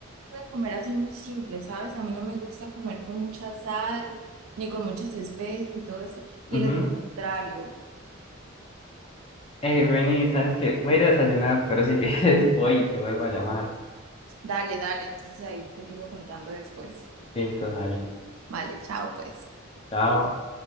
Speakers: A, on the right; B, on the left.
A: de comer así muy simple, ¿sabes? A mí no me gusta comer con mucha sal, ni con muchas especies y todo eso. Y
B: Ujú.
A: él es lo contrario.
B: Ey, vení, sabes que voy a ir a desayunar, pero si <laughs> quieres voy y te vuelvo a llamar.
A: Dale, dale, entonces ahí te sigo contando después.
B: Listo, dale.
A: Vale, chao, pues.
B: Chao.